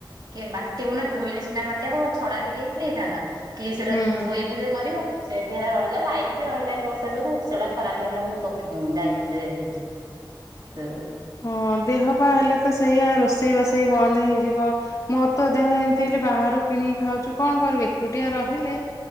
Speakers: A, on the right; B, on the left.
A: କିଏ ବାଟିବ ନା ଧୋଇଲେ ସିନା ବାଟିଆ କ ଛଡା ବିରି ହେଇଥିଲେ ହେଇଥାନ୍ତା କିଏ ସେଟାକୁ
B: ହୁଁ।
A: ଧୋଇବ ଯେ କରିବ। ସେମିତି ହେଲା ରହିଲା ଲାଇନ ବି ରହିଲାନି ବର୍ଷା ଯୋଗୁ ସେଟା ଖରାପ ହେଇଗଲା ପକ ମୁଁ ଗାଈ ହାଣ୍ଡିରେ ଦେଇଦେଲି।
B: ହଁ ଦେହପା ହେଲେ ତ ସେଇଆା ରୋଷେଇ ବାସ ବନ୍ଦ ହେଇଯିବ ମୋର ତ ଦେହ ଏମିତି ବାହାରୁ କିଣିକି ଖାଉଛୁ, କଣ କରିବି ଏକୁଟିଆ ରହିଲେ।